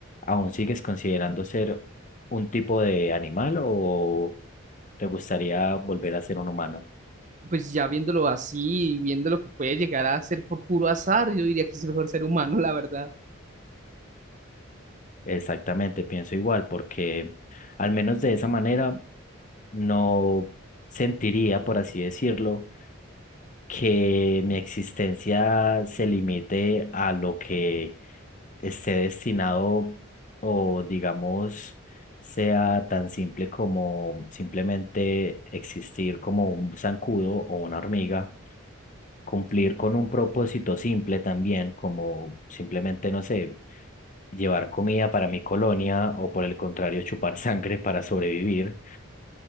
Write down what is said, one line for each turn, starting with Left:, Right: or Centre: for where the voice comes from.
Left: ¿aún sigues considerando ser un tipo de animal o te gustaría volver a ser un humano?
Right: Pues ya viéndolo así, y viendo lo que puede llegar a ser por puro azar, yo diría que es el mejor ser humano, la verdad.
Left: Exactamente, pienso igual, porque al menos de esa manera no sentiría, por así decirlo, que mi existencia se limite a lo que esté destinado o digamos sea tan simple como simplemente existir como un zancudo o una hormiga, cumplir con un propósito simple también, como simplemente, no sé, llevar comida para mi colonia o por el contrario, chupar <laughs> sangre para sobrevivir.